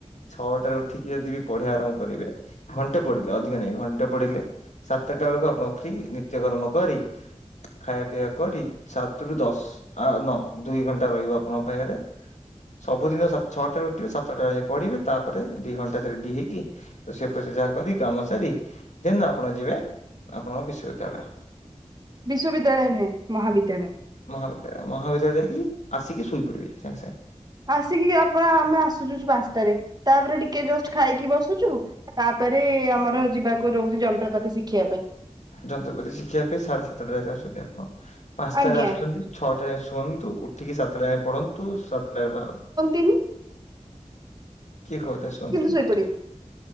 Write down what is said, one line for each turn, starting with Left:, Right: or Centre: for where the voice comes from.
Left: ଛଅଟାରେ ଉଠିକି ଯଦି ପ ପଢିବା ଆରମ୍ଭ କରିବେ ଘଣ୍ଟେ ପଢିଲେ ଅଧିକ ନାଇଁ ଘଣ୍ଟେ ପଢିଲେ ସାତଟା ବେଳକୁ ଆପଣ ଫ୍ରୀ ନିତ୍ୟ -- ନିତ୍ୟକର୍ମ କରି ଖାଇବା ପିଇବା କରି, ସାତରୁ ଦଶ ନ ଦୁଇ ଘଣ୍ଟା ରହିବ ଆପଣଙ୍କ ପାଖରେ ସବୁଦିନ ସ ଛଅଟାରେ ଉଠିବେ, ସାତଟା ଯାଇ ପଢିବେ, ତାପରେ ଦି ଘଣ୍ଟା, ରେଡି ହେଇକି, ରୋଷଇ ଫସେଇ ଯାହା କରିଦେଇକି, କାମ ସାରିକି ଦେନ୍ ଆପଣ ଯିବେ ଆପଣଙ୍କ ବିଶ୍ୱବିଦ୍ୟାଳୟ।
Right: ବିଶ୍ୱବିଦ୍ୟାଳୟ ନୁହେଁ ମହାବିଦ୍ୟାଳୟ।
Left: ମହାବିଦ୍ୟାଳୟ ମହାବିଦ୍ୟାଳୟ ଯାଇକି, ଆସିକି ଶୋଇ ପଡିବେ ସାଙ୍ଗେ ସାଙ୍ଗେ।
Right: ଆସିକି ଆପଣ ଆମେ ଆସୁଚୁ ପାଞ୍ଚଟାରେ, ତାପରେ ଟିକେ ଜଷ୍ଟ ଖାଇକି ବସୁଛୁ ତା ପରେ ଆମର ଯିବାକୁ ରହୁଛି, ଯନ୍ତ୍ରପାତି ଶିଖିବା ପାଇଁ।
Left: ଯନ୍ତ୍ରପାତି ଶିଖିବା ପାଇଁ, ସାଢେ ସାତଟା ଯାଇ ଯାଉଛନ୍ତି ଆପଣ? ପାଞ୍ଚଟାରେ
Right: ଆଜ୍ଞା
Left: ଆସୁଛନ୍ତି, ଛଅଟା ରେ ଶୁଅନ୍ତୁ, ଉଠିକି ସାତଟା ଯାଇ ପଢନ୍ତୁ, ସାତଟାରେ ବାହାରନ୍ତୁ।
Right: କିନି
Left: କିଏ କହିଲା ଶୁଅନ୍ତିନି?
Right: ଶୋଇପଡିବୁ